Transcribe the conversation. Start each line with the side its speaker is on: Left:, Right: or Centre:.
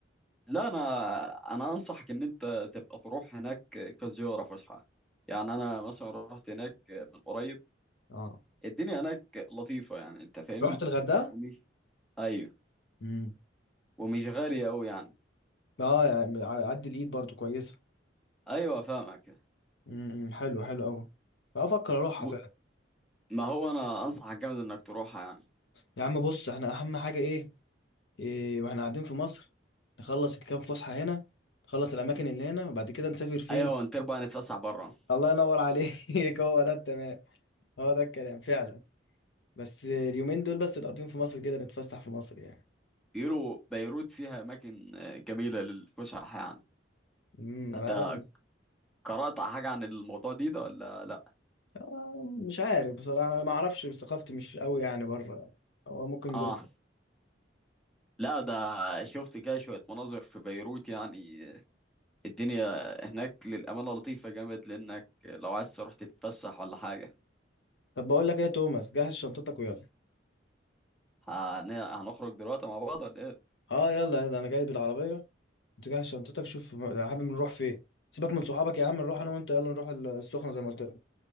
Centre: لا انا انا انصحك ان انت تبقى تروح هناك كزياره فسحه يعني انا مثلا رحت هناك من قريب
Left: اه
Centre: الدنيا هناك لطيفه يعني انت فاهمني
Left: رحت الغردقه
Centre: ومش ايوه
Left: امم
Centre: ومش غاليه قوي يعني
Left: اه يعني على قد الايد برضو كويسه
Centre: ايوه فاهمك
Left: امم حلو حلو قوي افكر اروحها
Centre: و...
Left: فعلا
Centre: ما هو انا انصحك جامد انك تروحها يعني
Left: يا عم بص احنا اهم حاجه ايه, إيه واحنا قاعدين في مصر نخلص الكام فسحه هنا نخلص الاماكن اللي هنا وبعد كده نسافر فين
Centre: ايوه انت بقى نتفسح بره
Left: الله ينور عليك <laughs> هو ده التمام هو ده الكلام فعلا بس اليومين دول بس نقضيهم في مصر كده نتفسح في مصر يعني
Centre: بيقولوا بيروت فيها اماكن جميله للفسح يعني
Left: امم انا
Centre: انت
Left: أنا-
Centre: قرأت حاجه عن الموضوع دي ده ولا لا
Left: آه، مش عارف بصراحه انا ما اعرفش ثقافتي مش قوي يعني بره يعني، هو ممكن
Centre: اه
Left: جوه
Centre: لا ده شفت كده شوية مناظر في بيروت يعني الدنيا هناك للأمانة لطيفة جامد لأنك لو عايز تروح تتفسح ولا حاجة
Left: طب بقول لك ايه يا توماس جهز شنطتك ويلا
Centre: هن- هنخرج دلوقتي مع بعض ولا إيه؟
Left: اه يلا يلا انا جايب العربيه تجهز شنطتك شوف يا حبيبي نروح فين سيبك من صحابك يا عم نروح انا وانت يلا نروح السخنه زي ما قلت لك